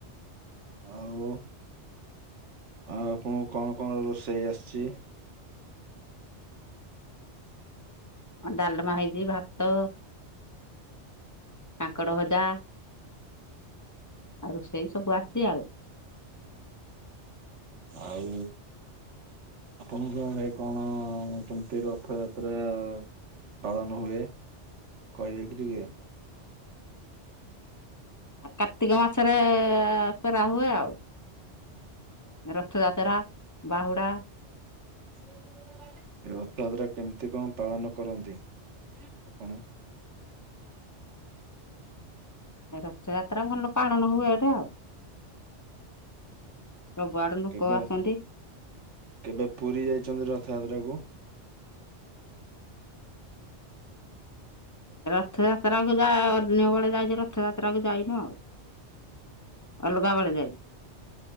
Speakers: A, on the right; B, on the left.
A: ଆଉ‌। ଆଉ ଆପଣଙ୍କୁ କଣ କଣ ରୋଷେଇ ଆସିଛି?
B: ଡାଲମା ହେଇଛି, ଭାତ କାଙ୍କଡ ଭଜା ଆ ରୁସେଇ ସବୁ ଆଛି ଆଉ।
A: ଆଉ। ଆପଣଙ୍କ ହେ କଣ କେମତି ରଥଯାତ୍ରା ପାଳନ ହୁଏ କହିବେକି ଟିକେ।
B: କାର୍ତ୍ତିକ ମାସରେ ପେରା ହୁଏ ଆଉ। ରଥଯାତ୍ରା, ବାହୁଡା
A: <unintelligible> ଏ ରଥଯାତ୍ରା କେମିତି କଣ ପାଳନ କରନ୍ତି ଆପଣ? କଣ
B: ଏ ରଥଯାତ୍ରା ଭଲ ପାଳନ ହୁଏ ଏଟା ଆଉ। ସବୁଆଡୁ ଲୋକ
A: କେବେ
B: ଆସନ୍ତି।
A: କେବେ ପୁରୀ ଯାଇଛନ୍ତି ରଥଯାତ୍ରାକୁ?
B: ରଥଯାତ୍ରା କ ଯା ଅନ୍ୟ ବେଳେ ଯାଇଛି ରଥଯାତ୍ରା କୁ ଯାଇନୁ ଆଉ। ଅଲଗାବେଳେ ଯାଇଛି।